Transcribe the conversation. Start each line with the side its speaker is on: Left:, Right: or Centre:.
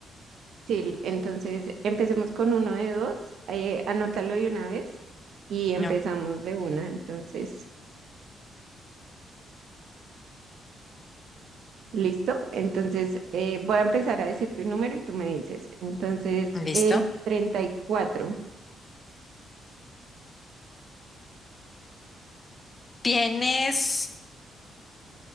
Right: Sí, entonces empecemos con uno de dos, eh, anótalo de una vez y
Left: No,
Right: empezamos de una. Entonces, ¿listo? Entonces, eh, voy a empezar a decirte un número y tú me dices. Entonces,
Left: Listo.
Right: el treinta y cuatro.
Left: Tienes